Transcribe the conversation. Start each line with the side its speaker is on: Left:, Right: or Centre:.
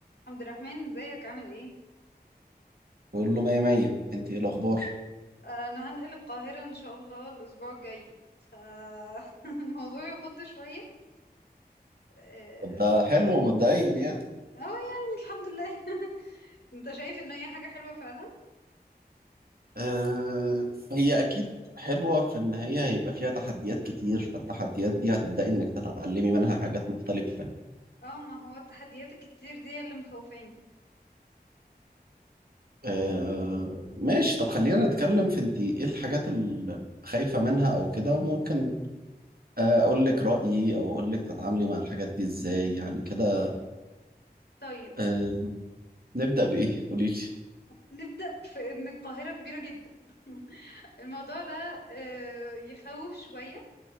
Left: عبد الرحمن ازيك عامل ايه
Right: بقول له مية مية انت ايه الاخبار
Left: انا هنقل القاهرة ان شاء الله الاسبوع الجاي فالموضوع <laughs> يخض شوية اه
Right: طب ده حلو مبدئيا يعني
Left: آه، يعني الحمد لله <laughs> انت شايف ان هي حاجة حلوة فعلا
Right: آه هي اكيد حلوة في ان هي هيبقى فيها تحديات كتير فالتحديات دي هتبدأي انك تتعلمي منها حاجات مختلفة
Left: اه ما هو التحديات الكتير دي اللي مخوفاني
Right: آه
Left: آه،
Right: ماشي طب خلينا نتكلم في انت ايه الحاجات اللي خايفة منها او كده ممكن آه، اقول لك رأيي او اقول لك تتعاملي مع الحاجات دي ازاي يعني كده
Left: طيب
Right: آه نبدأ بايه قولي
Left: نبدأ في ان القاهرة كبيرة جدا <laughs> الموضوع ده آه، يخوف شوية